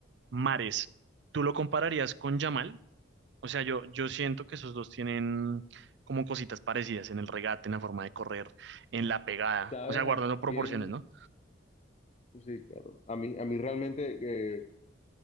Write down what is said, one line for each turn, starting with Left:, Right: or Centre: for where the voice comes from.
Right: Mares, ¿tú lo compararías con Yamal? O sea, yo, yo siento que esos dos tienen como cositas parecidas en el regate, en la forma de correr, en la pegada,
Left: ¿Sabes
Right: o sea, guardando
Left: a
Right: proporciones,
Left: quién?
Right: ¿no?
Left: Sí, claro. A mí, a mí realmente eh,